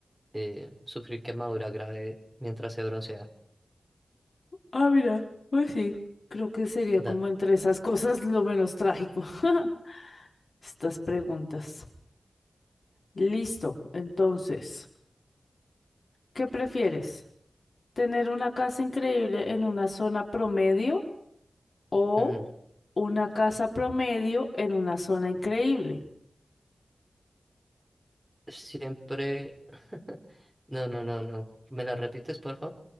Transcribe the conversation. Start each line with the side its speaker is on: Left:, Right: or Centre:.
Right: eh, sufrir quemadura grave mientras se broncea.
Left: Ah, mira, pues sí. Creo que sería como
Right: Dani,
Left: entre esas cosas lo menos trágico. <laughs> Estas preguntas. Listo. Entonces, ¿qué prefieres? ¿Tener una casa increíble en una zona promedio o
Right: mm,
Left: una casa promedio en una zona increíble?
Right: siempre... <laughs> No, no, no, no. ¿Me la repites, por favor?